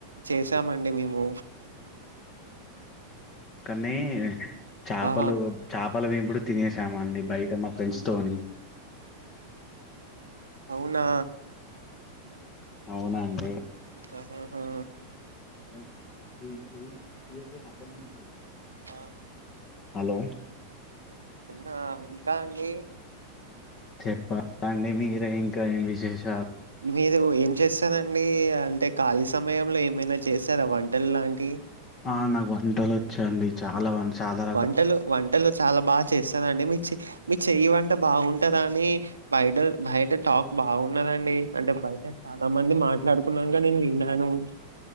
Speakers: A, on the right; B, on the left.
A: చేసామండి మేము
B: మే చాపలు
A: ఆ
B: చాపల వేంపుడు తినేసాం అండి బయట మా ఫ్రెండ్స్ తోని
A: అవునా
B: అవునాండి
A: ఆహాహా
B: పై నాపే మధ్యన ఉంచు
A: ఆ
B: హలో
A: ఉన్నా ఇంకా అండి
B: చెప్ప అండి మీరే ఇంకా ఏం విశేష్
A: మీరు ఏం చేసి కదండి అంటే ఖాళీ సమయంలో ఏమైనా చేసారా వంటలు లాంటి
B: ఆ నాకు వంటలు వచ్చాండి చాలా
A: వంటలు వంటలు చాలా బాగా చేస్తారుండి మీ చె మీ చెయ్యి వంట బాగుంటది అని బయట బయట టాక్ బాగున్నదండి అంటే బయట చాలా మంది మాట్లాడుకున్నాక నేను విన్నాను వింక్